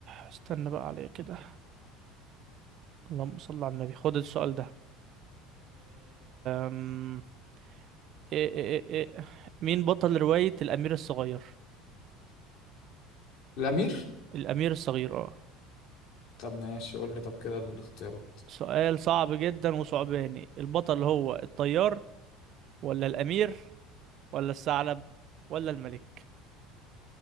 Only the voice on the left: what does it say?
الأمير؟
طب ماشي قول لي طب كده الاختيارات